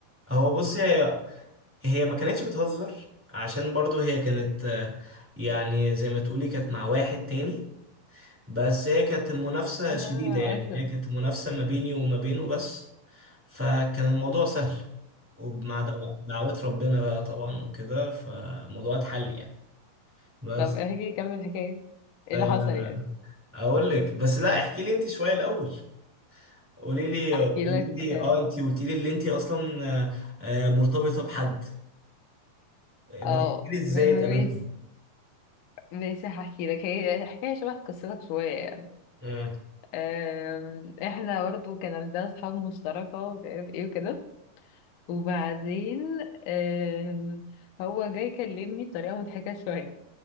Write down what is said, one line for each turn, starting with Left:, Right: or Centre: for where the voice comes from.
Centre: هو بص هي هي ما كانتش بتهزر عشان برضه هي كانت آه، يعني زي ما تقولي كانت مع واحد تاني بس هي كانت منافسة
Left: اه
Centre: شديدة يعني
Left: اصلا
Centre: هي كانت منافسة ما بيني وما بينه بس فكان الموضوع سهل ومع دعو- دعوات ربنا بقى طبعا وكده فالموضوع اتحل يعني بس
Left: طب احكي كمل الحكايه ايه
Centre: آه،
Left: اللي حصل يعني
Centre: اقول لك بس لا احكي لي انت شوية الاول قولي لي
Left: احكي
Centre: قولي
Left: لك
Centre: لي اه انت قلتي لي اللي انت اصلا آه، آه، مرتبطه بحد
Left: اه
Centre: ما تحكي لي ازاي
Left: ماشي
Centre: اتقابلتوا
Left: ماشي هحكي لك هي حكايه شبه قصتك شويه يعني
Centre: اه
Left: آم، احنا برضو كان عندنا اصحاب مشتركة ومش عارف ايه وكده وبعدين آم، هو جاي يكلمني بطريقة مضحكة شوية